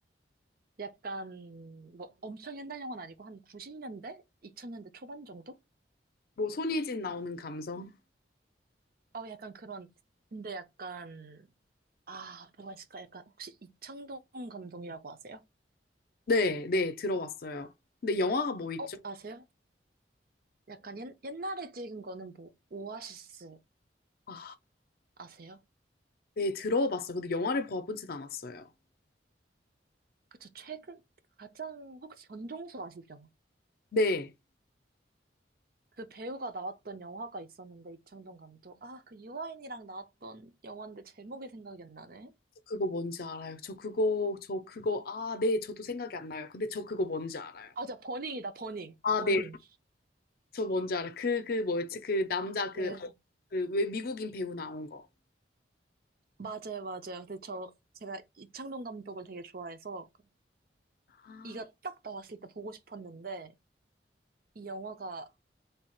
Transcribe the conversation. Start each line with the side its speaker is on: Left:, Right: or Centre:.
Right: 약간 뭐 엄청 옛날 영화는 아니고 한 90년대? 2000년대 초반 정도?
Left: 뭐 손예진 나오는 감성?
Right: 어 약간 그런 근데 약간 아 뭐가 있을까? 약간 혹시 이창동 감독이라고 아세요?
Left: 네, 네, 들어봤어요. 근데 영화가 뭐 있죠?
Right: 어 아세요? 약간 옛, 옛날에 찍은 거는 뭐 오아시스
Left: 아.
Right: 아세요?
Left: 네, 들어봤어요. 근데 영화를 봐보진 않았어요.
Right: 그쵸 최근 가장 혹시 전종수 아시죠?
Left: 네.
Right: 그 배우가 나왔던 영화가 있었는데 이창동 감독 아 그 유아인이랑 나왔던 영화인데 제목이 생각이 안 나네.
Left: 저 그거 뭔지 알아요. 저 그거, 저 그거, 아, 네, 저도 생각이 안 나요. 근데 저 그거 뭔지 알아요.
Right: 아, 자, 버닝이다, 버닝.
Left: 아,
Right: 버닝.
Left: 네, 저 뭔지 알아요. 그, 그 뭐였지? 그 남자 그,
Right: 네.
Left: 그, 왜 미국인 배우 나온 거.
Right: 맞아요, 맞아요. 근데 저, 제가 이창동 감독을 되게 좋아해서,
Left: 아,
Right: 이가 딱 나왔을 때 보고 싶었는데, 이 영화가